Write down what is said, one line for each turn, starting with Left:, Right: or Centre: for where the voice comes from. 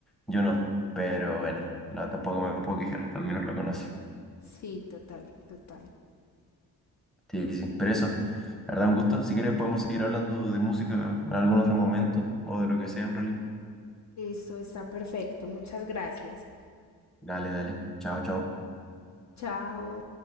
Centre: Yo no, pero bueno, no, tampoco me puedo quejar, al menos lo conocí.
Left: Sí, total, total.
Centre: Sí, sí, sí, pero eso, la verdad, un gusto. Si quieres, podemos seguir hablando de música en algún otro momento o de lo que sea en realidad.
Left: Listo, está perfecto. Muchas gracias.
Centre: Dale, dale. Chao, chao.
Left: Chao.